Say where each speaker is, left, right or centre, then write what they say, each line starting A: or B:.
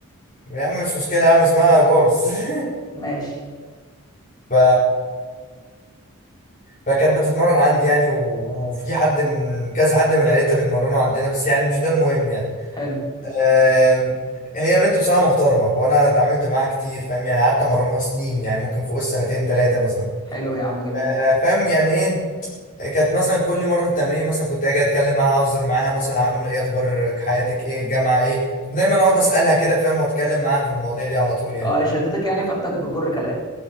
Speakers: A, on the left (about 35°); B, on the left (about 20°).
A: يا عم مش مشكلة يا عم اسمها جولس <laughs>
B: ماشي
A: ف فكانت بتتمرن عندي يعني و- وفي حد من كذا حد من عيلتها بيتمرنوا عندنا بس يعني مش ده المهم يعني
B: حلو
A: آم، هي بنت بصراحة محترمة وانا اتعاملت معاها كتير فاهم يعني قعدت امرنها سنين يعني ممكن فوق السنتين ثلاثة مثلا
B: حلو يا عم جميل
A: آه، فاهم يعني ايه كانت مثلا كل مره التمرين مثلا كنت اجي اتكلم معاها اهزر معاها مثلا عامله ايه اخبار حياتك ايه الجامعه ايه دايما اقعد اسالها كده فاهم واتكلم معاها في المواضيع دي على طول يعني
B: اه هي شدتك يعني فانت بتجر كلام